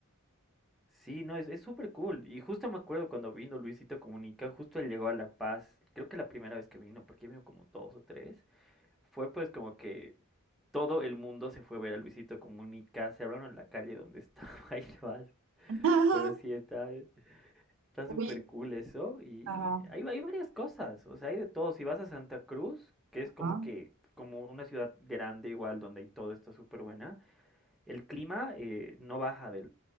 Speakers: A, in the centre; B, on the right (about 65°).
A: Sí, no, es, es súper cool. Y justo me acuerdo cuando vino Luisito Comunica, justo él llegó a La Paz, creo que la primera vez que vino, porque vino como dos o tres. fue pues como que todo el mundo se fue a ver a Luisito Comunica, se abrieron en la calle donde <laughs> estaba y demás.
B: <laughs>
A: Pero sí, está está
B: Oye,
A: súper cool eso. Y
B: ajá,
A: hay, hay varias cosas, o sea, hay de todo. Si vas a Santa Cruz, que es como
B: ajá.
A: que como una ciudad grande igual donde hay todo está súper buena, el clima eh, no baja del